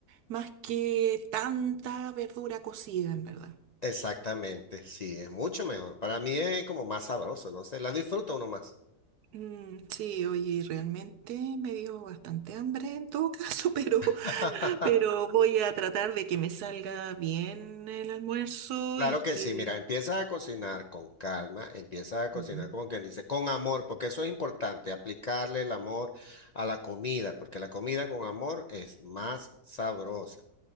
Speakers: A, on the right; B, on the left.
A: más que tanta verdura cocida, en verdad.
B: Exactamente, sí, es mucho mejor. Para mí es como más sabroso, no sé, la disfruta uno más.
A: Mm, sí, oye, realmente me dio bastante hambre en todo caso, <laughs> pero,
B: <laughs>
A: pero voy a tratar de que me salga bien el almuerzo
B: Claro
A: y
B: que
A: que...
B: sí, mira, empieza a cocinar con calma, empieza a cocinar
A: Mm,
B: como quien dice, con amor, porque eso es importante, aplicarle el amor a la comida, porque la comida con amor es más sabrosa.